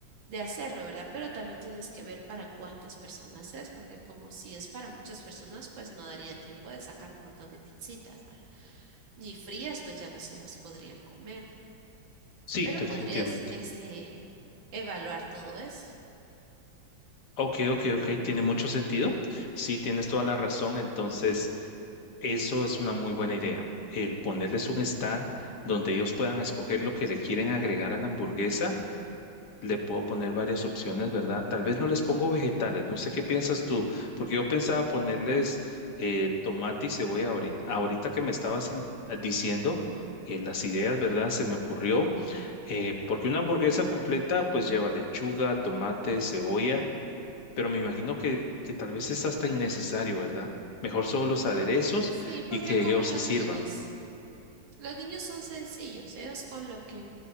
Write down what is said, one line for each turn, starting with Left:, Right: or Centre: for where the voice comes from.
Right: de hacerlo, ¿verdad? Pero también tienes que ver para cuántas personas es, porque como si es para muchas personas, pues no daría tiempo de sacar un montón de pizzitas, ¿verdad? Ni frías, pues ya no se las podrían comer,
Left: Sí,
Right: pero
Left: definitivamente.
Right: podrías, este, evaluar todo eso.
Left: Ok, ok, ok. Tiene mucho sentido. Sí, tienes toda la razón. Entonces, eso es una muy buena idea. El ponerles un stand donde ellos puedan escoger lo que le quieren agregar a la hamburguesa Le puedo poner varias opciones, ¿verdad? Tal vez no les pongo vegetales, no sé qué piensas tú, porque yo pensaba ponerles eh, tomate y cebolla ahorita, ahorita que me estabas in- eh, diciendo eh, las ideas, ¿verdad? Se me ocurrió, eh, porque una hamburguesa completa pues lleva lechuga, tomate, cebolla, pero me imagino que, que tal vez es hasta innecesario, ¿verdad? Mejor solo los aderezos
Right: Sí, porque
Left: y que
Right: como
Left: ellos
Right: los
Left: se sirvan.
Right: niños, los niños son sencillos, ellos con lo que